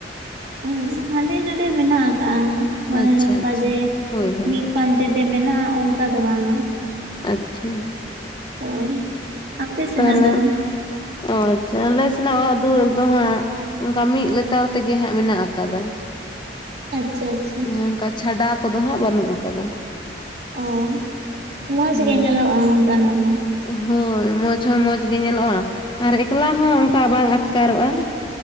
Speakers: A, on the right; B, on the left.
A: ᱩᱸ ᱦᱟᱸᱰᱮ ᱱᱟᱰᱮ ᱢᱮᱱᱟᱜ ᱟ ᱢᱟᱱᱮ
B: ᱟᱪᱪᱷᱟ
A: ᱱᱚᱝᱠᱟ
B: ᱟᱪᱪᱷᱟ
A: ᱡᱮ,
B: ᱦᱳᱭ ᱦᱳᱭ
A: ᱢᱤᱫ ᱯᱟᱱᱛᱮ ᱛᱮ ᱢᱮᱱᱟᱜᱼᱟ ᱚᱱᱠᱟ ᱫᱚ ᱵᱟᱝ ᱟ ᱾
B: ᱟᱪᱪᱷᱟ ᱾
A: ᱦᱳᱭ, ᱟᱯᱮ ᱥᱮᱱᱟᱜ
B: ᱛᱟᱦᱚᱞᱮ
A: ᱫᱚ?
B: ᱚ ᱟᱪᱪᱷᱟ, ᱟᱞᱮ ᱥᱮᱱᱟᱜ ᱚᱲᱟᱜ ᱫᱩᱣᱟᱹᱨ ᱫᱚ ᱦᱟᱸᱜ ᱚᱱᱠᱟ ᱢᱤᱫ ᱞᱮᱛᱟᱲ ᱛᱮᱜᱮ ᱦᱟᱸᱜ ᱢᱮᱱᱟᱜ ᱠᱟᱫᱟ ᱾
A: ᱟᱪᱪᱷᱟ ᱟᱪᱪᱷᱟ ᱾
B: ᱚᱱ ᱚᱱᱠᱟ ᱪᱷᱟᱰᱟ ᱠᱚᱫᱚ ᱦᱟᱸᱜ ᱵᱟᱹᱱᱩᱜ ᱠᱟᱫᱟ ᱾
A: ᱚ, ᱢᱚᱡᱽ
B: ᱦᱮᱸ
A: ᱜᱮ ᱧᱮᱞᱚᱜᱼᱟ ᱚᱱᱠᱟᱱᱟᱜ ᱢᱟ ᱾
B: ᱦᱳᱭ, ᱢᱚᱡᱽ ᱦᱚᱸ ᱢᱚᱸᱡᱽ ᱜᱮ ᱧᱮᱞᱚᱜᱼᱟ, ᱟᱨ ᱮᱠᱞᱟ ᱦᱚᱸ ᱚᱱᱠᱟ ᱵᱟᱝ ᱟᱴᱠᱟᱨᱚᱜᱼᱟ ᱾